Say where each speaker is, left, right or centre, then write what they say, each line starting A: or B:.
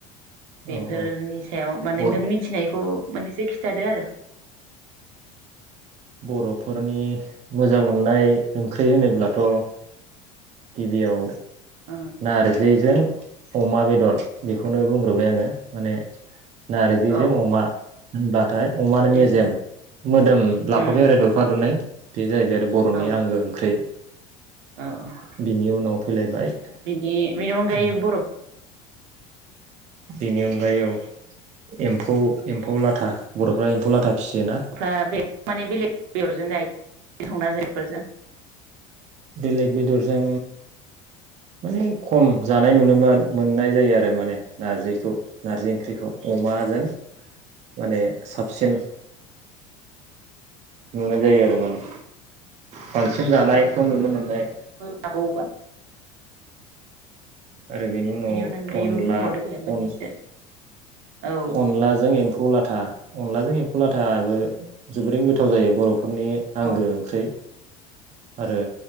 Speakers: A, on the right; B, on the right.
A: बेफोरनि
B: औ औ
A: सायाव माने
B: बर'
A: नों मिथ मिथिनायखौ मोननैसे खिथादो आरो
B: बर'फोरनि मोजां मोननाय ओंख्रि होनोब्लाथ' गिबियाव
A: ओं
B: नारजिजों अमा बेदर बेखौनो बुंग्रोबाय आङो माने नारजिजों
A: औ
B: अमा होनब्ला नाथाय अमा
A: उम
B: मेजेम मोदोम लाफाबाय
A: उम
B: आरो दरफा दरनै बे जाहैबाय आरो बर'नि
A: ओ
B: आंगो ओंख्रै
A: औ
B: बिनि उनाव फैलायबाय <unintelligible>
A: बिनि बेनि अनगायै बर'फ्रा
B: बेनि अनगायै औ एम्फौ एम्फौ लाथा बर'फ्रा एम्फौ लाथा फिसियोना
A: फ्रा बे माने बेलेग बेदरजों जायो संना जायफोरजों
B: बेलेग बेदरजों माने खम जानाय नुनो मो-मोननाय जायो आरो माने नारजिखौ नारजि ओंख्रिखौ अमाजों माने साबसिन नुनाय जायो आरो माने बांसिन जानाय <unintelligible> नुनो मोननाय
A: <unintelligible>
B: आरो बेनि उनाव
A: अनगायैबो
B: अनला
A: बुंबावदो दे मोननैसो
B: अन
A: औ
B: अनलाजों एम्फौ ला लाथा अनलाजों एम्फौ लाथाबो जोबोरैनो गोथाव जायो बरफो फोरनि
A: औ
B: आंगो ओंख्रै। आरो